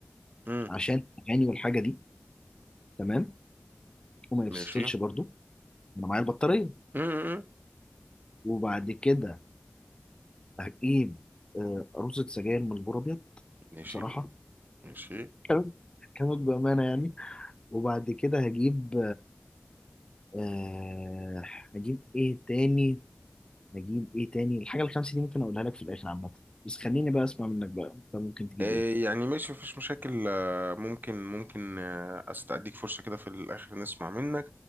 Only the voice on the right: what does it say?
مم.
ماشي
مم.
ماشي
ماشي
آه،
يعني ماشي مفيش مشاكل آه، ممكن ممكن آه، استأديك فرصة كده في الآخر نسمع منك